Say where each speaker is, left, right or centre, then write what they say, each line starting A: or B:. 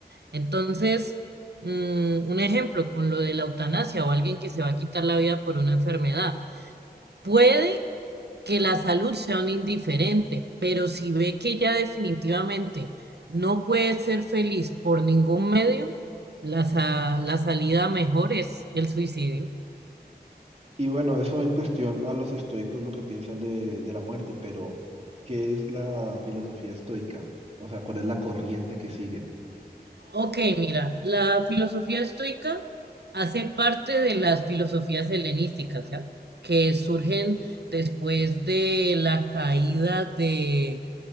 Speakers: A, on the right; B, on the right.
A: Entonces, mm, un ejemplo con lo de la eutanasia o alguien que se va a quitar la vida por una enfermedad. Puede que la salud sea un indiferente, pero si ve que ya definitivamente no puede ser feliz por ningún medio, la, sa- la salida mejor es el suicidio.
B: Y bueno, eso en cuestión a los estoicos lo que piensan de, de la muerte, pero ¿qué es la filosofía estoica? O sea, ¿cuál es la corriente que siguen?
A: Ok, mira, la filosofía estoica hace parte de las filosofías helenísticas, ¿ya? Que surgen después de la caída de,